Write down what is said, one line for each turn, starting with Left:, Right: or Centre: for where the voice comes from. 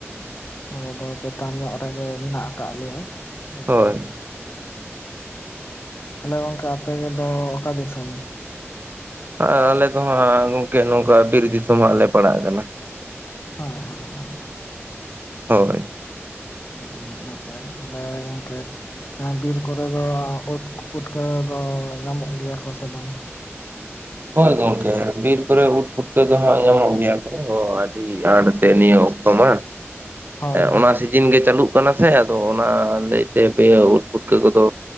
Left: ᱟᱞᱮ ᱫᱚ ᱪᱮᱛᱟᱱ ᱧᱚᱜ ᱨᱮᱜᱮ ᱢᱮᱱᱟᱜ ᱟᱠᱟᱜ ᱞᱮᱭᱟ ᱦᱩ
Right: ᱦᱳᱭ
Left: ᱦᱮᱞᱳ ᱜᱚᱝᱠᱮ ᱟᱯᱮ ᱫᱚ ᱚᱠᱟ ᱫᱤᱥᱚᱢ
Right: ᱟᱞᱮ ᱠᱚ ᱢᱟ ᱜᱚᱝᱠᱮ ᱱᱚᱝᱠᱟ ᱵᱤᱨ ᱫᱤᱥᱚᱢ ᱦᱚᱲ ᱞᱮ ᱯᱟᱲᱟᱜ ᱠᱟᱱᱟ
Left: ᱦᱳᱭ ᱦᱳᱭ ᱦᱳᱭ
Right: ᱦᱳᱭ
Left: ᱟᱹᱰᱤ ᱱᱟᱯᱟᱭ ᱜᱮ ᱛᱟᱦᱳᱞᱮ ᱜᱚᱝᱠᱮ, ᱵᱤᱨ ᱠᱚᱨᱮ ᱫᱚ ᱚᱛ ᱯᱩᱴᱠᱟᱹ ᱠᱚ ᱧᱟᱢᱚᱜ ᱜᱮᱭᱟ ᱠᱚ ᱥᱮ ᱵᱟᱝ?
Right: ᱦᱳᱭ ᱜᱚᱝᱠᱮ ᱵᱤᱨ ᱠᱚᱨᱮ ᱳᱫᱽ ᱯᱩᱴᱠᱟᱹ ᱫᱚ ᱦᱜ ᱧᱟᱢᱚᱜ ᱜᱮᱭᱟ ᱠᱚ ᱟᱹᱰᱤ ᱟᱸᱴ ᱛᱮ, ᱱᱤᱭᱟᱹ ᱠᱚ ᱵᱟᱝ,
Left: ᱦᱳᱭ ᱦᱳᱭ
Right: ᱚᱱᱟ ᱫᱤᱱ ᱜᱮ ᱪᱟᱹᱞᱩᱜ ᱠᱟᱱᱟ ᱥᱮ ᱟᱫᱚ ᱚᱱᱟ ᱞᱟᱹᱭ <unintelligible> ᱛᱮ ᱯᱮ ᱩᱫ ᱯᱷᱩᱴᱠᱟᱹ ᱠᱚᱫᱚ